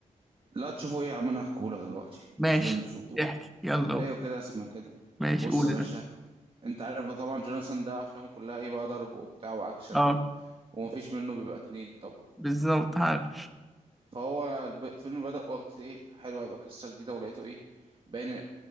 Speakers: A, on the right; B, in the centre.
A: لا تشوفه ايه يا عم انا هحكيهولك دلوقتي
B: ماشي
A: مش لازم تشوفه
B: احكي يلا قول.
A: ايوه كده اسمها كده
B: ماشي
A: بص
B: قول
A: يا
B: يا
A: باشا
B: باشا.
A: انت عارف بقى طبعا جوناثان ده افلامه كلها ايه بقى ضرب وبتاع واكشن
B: اه
A: و... ومفيش منه بيبقى اتنين طبعا
B: بالظبط عارف
A: فهو الب- الفيلم بدأ قلت ايه حلو هيبقى قصة جديدة ولقيته ايه باين